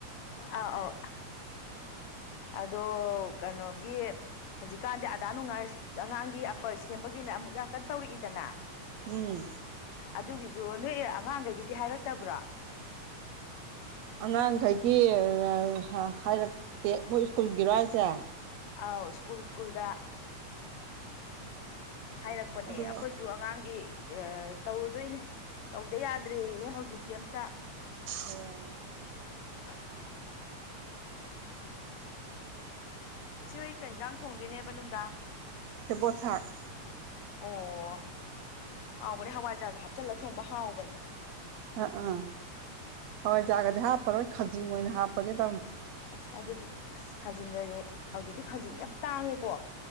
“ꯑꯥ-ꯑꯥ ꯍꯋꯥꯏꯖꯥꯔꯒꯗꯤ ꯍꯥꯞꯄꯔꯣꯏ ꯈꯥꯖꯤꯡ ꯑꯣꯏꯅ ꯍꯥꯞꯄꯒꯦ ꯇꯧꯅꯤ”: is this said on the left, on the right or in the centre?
Right